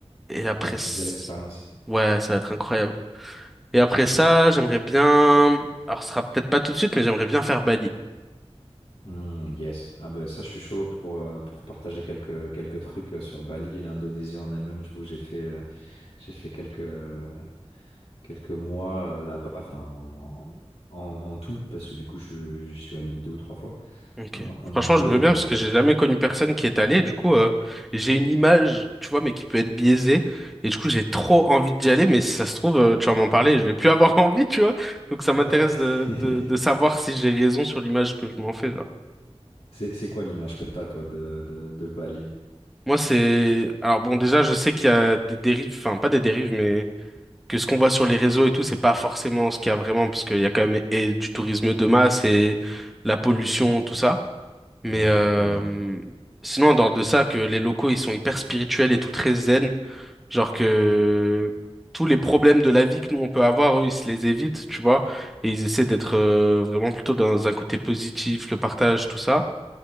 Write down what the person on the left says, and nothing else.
C'est
une belle expérience.
Hmm, yes. Ah ben ça, je suis chaud pour, euh, pour te partager quelques, quelques trucs euh, sur Bali et l'Indonésie en elle-même. Du coup, j'ai fait, euh, j'ai fait quelques, euh, quelques mois euh, là-bas, enfin en, en, en tout, parce que du coup, je, suis- je suis allé deux ou trois fois
en,
en Indo
et
à...
<laughs>
c'est c'est quoi l'image que t'as, toi, de, de, de Bali?
Bien sûr,
ouais, ouais.